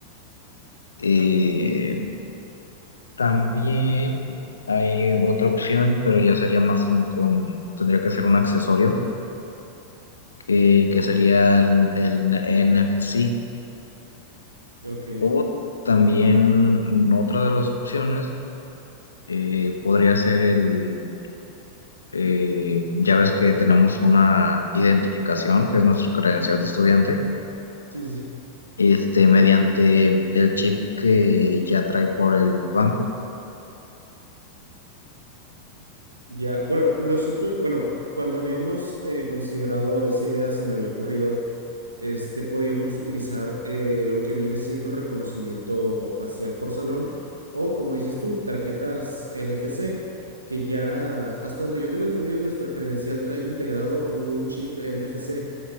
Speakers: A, on the left; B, on the right.
A: Eh, también hay otra opción, pero ya sería más un- con- tendría que ser un accesorio, que, que sería el, el NFC.
B: Ok.
A: O también mm, otra de las opciones eh, podría ser el eh, ya ves que tenemos una identificación, que es nuestro credencial de estudiante,
B: Sí, sí, sí.
A: este, mediante el chip que ya trae por el banco.
B: Ya, bueno, nosotros, bueno, cuando habíamos eh, considerado esa idea, se me había ocurrido, este, podíamos utilizar eh, lo que viene siendo reconocimiento facial por salón o, como dices tú, tarjetas NFC, que ya, hasta donde yo tengo entendido, nuestra credencial trae integrado un chip NFC.